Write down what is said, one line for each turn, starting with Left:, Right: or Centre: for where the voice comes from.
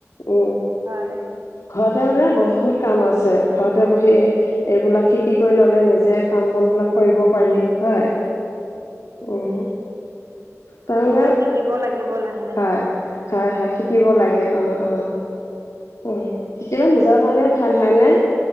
Left: উম
Right: হয়
Left: ঘৰতে মানে বহুত কাম আছে ঘৰতে বহি এইবিলাক শিকি কৰি ল'লে নিজে কাম বন বিলাক কৰিব পাৰি হয়। উম তাৰমানে
Right: ময়ো শিকিব লাগিব লাহে লাহে
Left: হয় হয় হয় শিকিব
Right: উম
Left: লাগে অ অ উম শিকিবা নিজৰ কাৰণে ভাল হয় নে